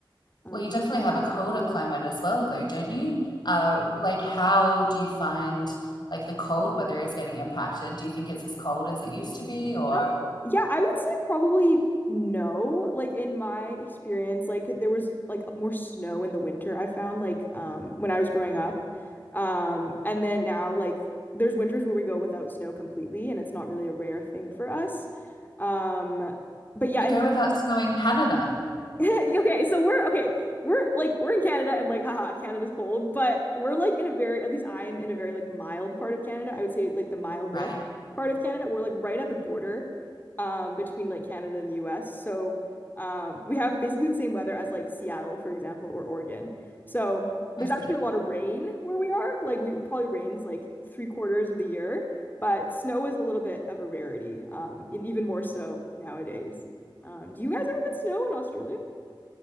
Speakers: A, on the left; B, on the left.
A: Um,
B: Well, you definitely have a colder climate as well, though, don't you? Uh, like, how do you find like the cold weather is getting impacted? Do you think it's as cold as it used to be, or
A: Um, yeah, I would say probably no. Like in my experience, like there was like more snow in the winter I found like um when I was growing up. Um, and then now like there's winters where we go without snow completely and it's not really a rare thing for us. Um, but yeah,
B: you go
A: in
B: without snow in Canada?
A: <laughs> Okay, so we're okay. We're like we're in Canada and like haha, Canada's cold, but we're like in a very at least I'm in a very like mild part of Canada. I would say like the mildest
B: Right,
A: part of Canada. We're like right at the border um between like Canada and the US. So um we have basically the same weather as like Seattle, for example, or Oregon. So there's
B: I see.
A: actually a lot of rain where we are. Like we it probably rains like three quarters of the year, but snow is a little bit of a rarity, um, and even more so nowadays. Um, do you guys ever get snow in Australia?